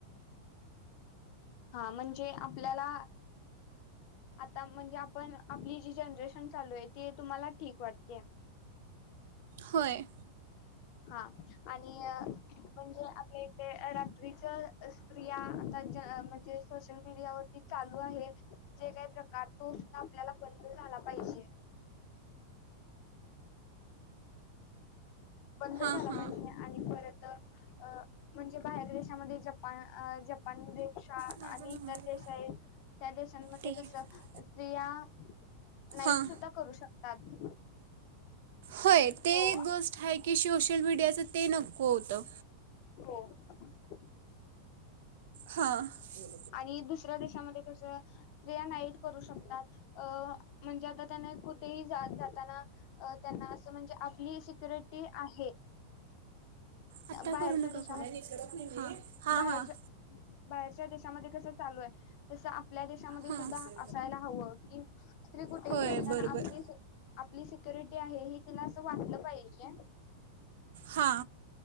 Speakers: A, on the left; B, on the right.
A: हा म्हणजे आपल्याला... आता म्हणजे आपण आपली जी जनरेशन चालू आहे ते तुम्हाला ठीक वाटत्या.
B: होय.
A: हा आणि म्हणजे आपल्या इकडे रात्रीच स्क्रिया आता म्हणजे सोशल मीडियावररती चालू आहे जे काही प्रकार तो आपल्याला बंद झाला पाहिजे. बंद
B: हां
A: झाला
B: हां
A: पाहिजे आणि परत अ म्हणजे बाहेर दे शामद्ये जपान जपान देश
B: माझा
A: आणि
B: नंबर
A: इतर
B: द्या.
A: देश आहे त्या देशांमध्ये
B: ठीक
A: कस
B: आहे
A: स्त्रिया नाईट
B: हां
A: सुद्धा करू शकतात.
B: होय ते
A: हो
B: एक गोष्ट हाय. कि शोशल मीडियाचं ते नको होतं.
A: होय.
B: हा. हा
A: आणि दुसऱ्या देशामध्ये कसं स्त्रिया नाईट करू शकतात अ म्हणजे आता त्यांना कुठेही जात जाताना अ त्यांना असं म्हणजे आपली सिक्युरिटी आहे
B: आता
A: बाहेरच्या
B: करू नका
A: देशामध्ये
B: कॉल हा. हां
A: बाहेरच्या
B: हां.
A: बाहेरच्या देशामध्ये कस चालू आहे तस आपल्या देशामध्ये
B: हां
A: सुद्धा असायला हवं कि स्त्री कुठेही
B: होय
A: भेटताना
B: बरोबर
A: आपली आपली सिक्युरिटी आहे हे तिला अस वाटलं पाहिजे.
B: हां